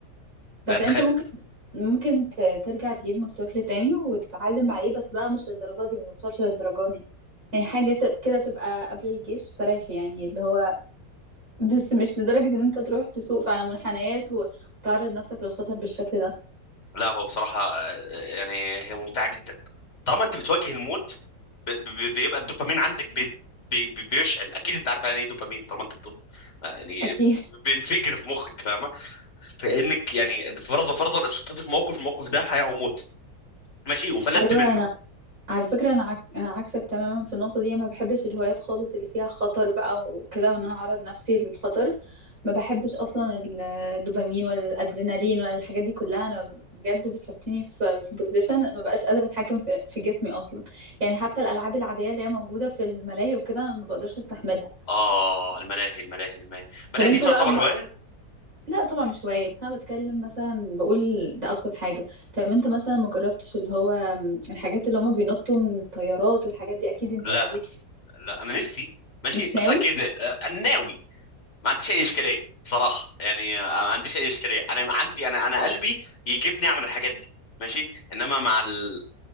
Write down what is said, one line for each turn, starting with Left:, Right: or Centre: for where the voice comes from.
Right: <laughs> بس
Left: لا تخيل
Right: انت ممكن ممكن ت- ترجع تجيب موتوسيكل تاني وتتعلم عليه بس بقى مش للدرجة دي ما توصلش للدرجة دي يعني حاجة ت- كده تبقى قبل الجيش فريح يعني اللي هو <laughs> بس مش لدرجة ان انت تروح تسوق على منحنيات و- وتعرض نفسك للخطر بالشكل ده
Left: لا هو بصراحه آه، يعني هي ممتعه جدا طالما انت بتواجه الموت ب... ب... بيبقى الدوبامين عندك بي... بي... بي- بيشعل اكيد انت عارف يعني ايه دوبامين طالما انت بتب... يعني
Right: اكيد
Left: بينفجر في مخك فاهمه فانك يعني فرضا فرضا اتحطيت في موقف الموقف ده حياه او موت ماشي
Right: <laughs>
Left: وفلتت
Right: ايوه
Left: منه
Right: على فكرة أنا عك... أنا عكسك تماما في النقطة دي ما بحبش الهوايات خالص اللي فيها خطر بقى وكده وإن أنا أعرض نفسي للخطر ما بحبش أصلا ال- الدوبامين ولا الأدرينالين ولا الحاجات دي كلها أنا بجد بتحطيني في في بوزيشن ما بقاش قادرة أتحكم في... في جسمي أصلا يعني حتى الألعاب العادية اللي هي موجودة في الملاهي وكده أنا ما بقدرش أستحملها
Left: آه الملاهي الملاهي الملاهي الملاهي
Right: طب أنت
Left: دي تعتبر
Right: بقى ما...
Left: هواية؟
Right: لا طبعا مش هواية بس أنا بتكلم مثلا بقول ده أبسط حاجة طب أنت مثلا ما جربتش اللي هو الحاجات اللي هما بينطوا من الطيارات والحاجات دي أكيد أنت
Left: لا
Right: ليك
Left: لا أنا نفسي ماشي
Right: مش ناوي
Left: بس أكيد آه، ناوي ما عنديش أي إشكالية بصراحة يعني آه، ما عنديش أي إشكالية أنا عندي أنا أنا قلبي يجيبني أعمل الحاجات دي ماشي إنما مع ال...